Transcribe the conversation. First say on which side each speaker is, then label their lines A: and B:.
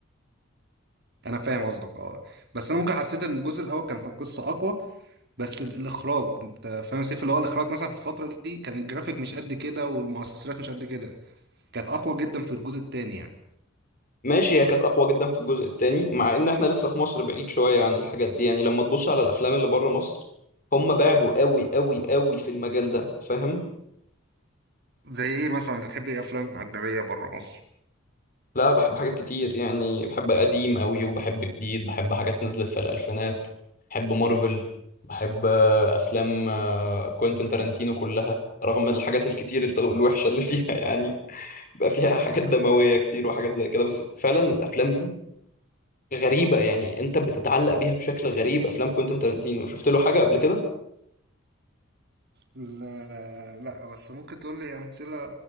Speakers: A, on the right; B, on the left.
A: انا فاهم قصدك اه بس انا ممكن حسيت ان الجزء الاول كان كان قصه اقوى بس ال- الاخراج انت فاهم سيف اللي هو الاخراج مثلا في الفتره دي كان الجرافيك مش قد كده والمؤثرات مش قد كده كانت اقوى جدا في الجزء التاني يعني
B: ماشي هي كانت اقوى جدا في الجزء التاني مع ان احنا لسه في مصر بعيد شويه عن الحاجات دي يعني لما تبص على الافلام اللي بره مصر هم بعدوا قوي قوي قوي في المجال ده فاهم
A: زي ايه مثلا بتحب ايه افلام اجنبيه بره مصر
B: لا بحب حاجات كتير يعني بحب قديم قوي وبحب جديد بحب حاجات نزلت في الألفينات بحب مارفل بحب آه، أفلام آه، كوينتين تارانتينو كلها رغم الحاجات الكتير ال- الوحشة اللي فيها <laughs> يعني بقى فيها حاجات دموية كتير وحاجات زي كده بس فعلا الأفلام دي غريبة يعني أنت بتتعلق بيها بشكل غريب أفلام كوينتين تارانتينو شفت له حاجة قبل كده
A: لا لا بس ممكن تقول لي امثله